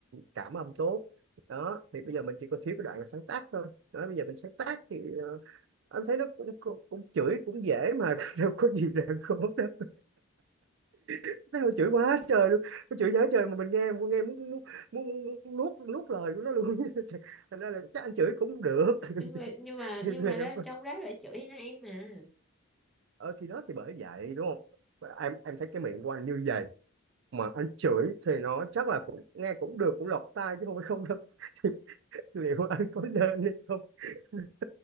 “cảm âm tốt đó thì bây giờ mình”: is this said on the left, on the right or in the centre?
Right